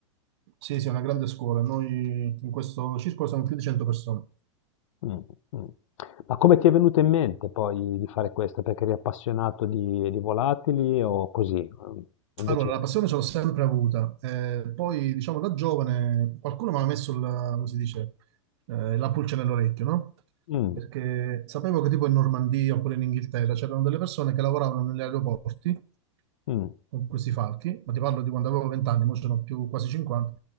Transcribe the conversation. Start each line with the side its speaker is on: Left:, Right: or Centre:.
Right: sì, sì, è una grande scuola. Noi in questo circolo siamo più di 100 persone.
Left: Mm, mm. Ma come ti è venuto in mente poi di fare questo? Perché eri appassionato di, di volatili o così? Mm, Invece,
Right: Allora, la passione ce l'ho sempre avuta. Eh, poi, diciamo, da giovane qualcuno mi ha messo, la, come si dice, eh, la pulce nell'orecchio, no?
Left: mm,
Right: Perché sapevo che tipo in Normandia oppure in Inghilterra c'erano delle persone che lavoravano negli aeroporti
Left: mm,
Right: con questi falchi, ma ti parlo di quando avevo 20 anni, ora sono più quasi 50,